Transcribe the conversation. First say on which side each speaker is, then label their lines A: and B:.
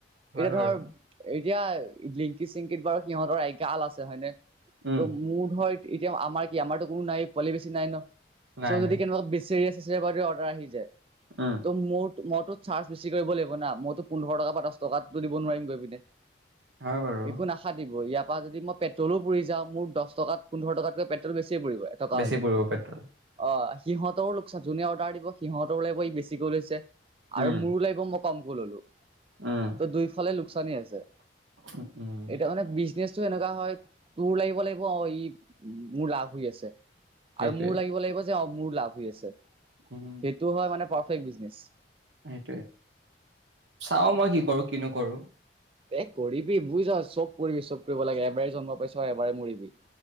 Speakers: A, on the right; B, on the right.
A: এতিয়া
B: হয় বাৰু।
A: ধৰ এতিয়া লিংকি চিংকিত বাৰু সিহঁতৰ এগাল আছে হয়নে।
B: উম
A: ত' মুড হয়। এতিয়া আমাৰ কি আমাৰতো কোনো নাই পোৱালি বেছি নাই ন'।
B: নাই
A: চ' যদি
B: নাই
A: কেনেকুৱা বিচ বাৰে অৰ্ডাৰ আহি যায়।
B: উম
A: ত' মোৰ মোৰ টোত চাৰ্জ বেছ কৰিব লাগিব। <unintelligible> মইতো পোন্ধৰ টকা দছ টকাতো দিব নোৱাৰিম গৈ পিনে।
B: হয় বাৰু
A: একো নাশা দিব, ইয়াত কোৱা যদি মই পেট্ৰ'ল ও পুৰি যাওঁ মোৰ দচ টকা পোন্ধৰটকাতকৈ পেট্ৰ'ল বেছি <unintelligible> থকা
B: বেছি
A: হলেওঁ
B: পৰিব পেট্ৰল
A: অ'। সিহঁতৰ লোকচান জোনে অৰ্ডাৰ দিব সিহঁতৰ পৰাও বেছিকৈ লৈছে
B: উম
A: আৰু মোৰো লাগিব মোক কমকৈ ল'লো।
B: উম
A: ত' দুইফালে লোকচানয়েই আছে,
B: উম উম
A: এতিয়া মানে বিজ কেচটো এনেকুৱা হয় তোৰ লিব লাগিব ই মোৰ লাভ হৈ আছে।
B: সেইটোৱে
A: আৰু মোৰ লাগিব লাগিব যে অ', মোৰ লাভ হৈ আছে।
B: উম
A: সেইটো হয় মানে পাৰ্ফেক্ট বিজনেছ।
B: সেইটোৱে। চাওঁ মই কি কৰো, কি নকৰো।
A: এ কৰিবি বুজিছ চব কৰিবি, চব কৰিব লাগে এবাৰ জন্ম পাইছ, এবাৰে মৰিবি।